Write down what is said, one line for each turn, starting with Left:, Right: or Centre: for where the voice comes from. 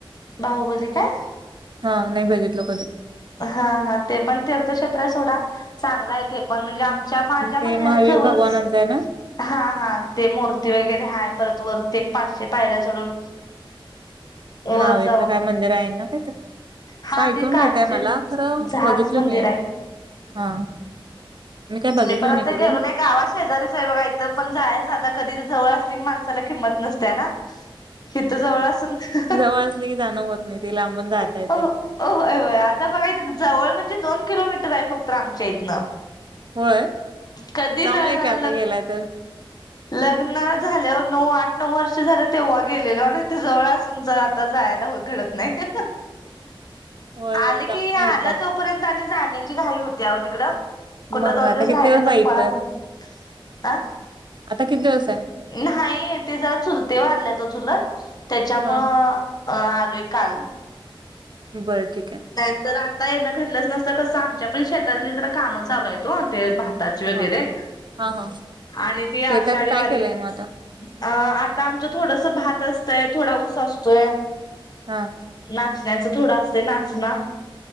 Left: बाहुबली कायं?
Right: हा नाही बघितलो कधी.
Left: हा हा ते पण तीर्थक्षेत्र सोडा चांगला आहे. ते पण म्हणजे आमच्या माझ्या माहेर
Right: ते महावीर
Left: जवळचं
Right: भगवानांचं आहे ना
Left: हा हा ते मूर्ती वगैरे हाय परत वरती पाचशे पायऱ्या चढून <unintelligible>
Right: नावेतलं
Left: जाऊन
Right: काय मंदिर आहे ना काहीतरी.
Left: हा
Right: असं ऐकून
Left: ते काचेच
Right: माहित आहे मला खरं
Left: जहाज
Right: बघितलं
Left: मंदिर
Right: नाही
Left: आहे.
Right: मी हा काय बघितलो
Left: मी पण आता
Right: कधी
Left: गेलो नाही गावा शेजारीचं आहे बघा तर पण जायाचं आता कधी तर जवळ असली की माणसाला किंमत नसते ना इथं जवळ असनं
Right: जवळ असले की जाणं होत नाही ते लांबून जाता येते
Left: हा..... होय होय आता बघाय जवळ म्हणजे दोन किलोमीटर आहे फक्त आमच्या इथनं.
Right: होय
Left: कधी
Right: जाऊन
Left: ल
Right: ये की आता
Left: लग
Right: गेलाय तर
Left: लग्न झाल्यावर नऊ आठ नऊ वर्ष झालं तेव्हा गेलेलो नाहीत जवळ असून जात आता जायला हो घडत नाही.
Right: होय
Left: आलं
Right: होय जाऊन
Left: की आलं
Right: ये एकदा
Left: तोपर्यंत आणि जाण्याची घाई होती हो तिकडं. कुठं
Right: मग
Left: दोन
Right: आता
Left: दिवस
Right: किती
Left: राहिले तर
Right: आहे इथं
Left: पळा पळ <unintelligible> अं
Right: आता किती दिवस आहे
Left: नाही ते जरा चुलते वारलेत चुलत त्याच्यामुळं
Right: हा हा
Left: अ आलोय एक कारू
Right: बरं ठीक आहे.
Left: नाही तर आता येणं घडलंच नसतं कसं आमच्या पण शेतातले जरा काम चालू आहेत हो ते भा टाच वगैरे
Right: हा हा हा
Left: आणि ती आषाढी
Right: शेतात काय
Left: वारीतं
Right: केलंय मग आता
Left: अ... आता आमचं थोडस भात असतंय थोडा ऊस असतोय.
Right: हं.....
Left: नाचण्याचं थोडं असते नाचना.